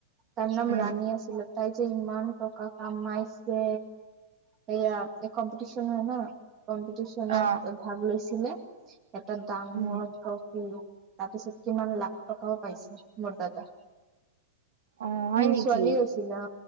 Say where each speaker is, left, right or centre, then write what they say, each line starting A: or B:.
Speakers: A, on the right (about 20°); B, on the right (about 70°).
A: তাৰ নাম
B: উম
A: ৰাণী আছিল। তাই যে ইমান টকা কামাইছে এইয়া কম্পিটিশন হয় ন কম্পিটিশনত
B: অ
A: ভাগ লৈছিল। <inaudible> এটা ডাঙৰ
B: উম
A: উম তাৰ পিছত কিমান লাখ টকাওঁ পাইছে মোৰ দাদা
B: অ হয়
A: উম
B: নেকি
A: ছোৱালী আছিলা।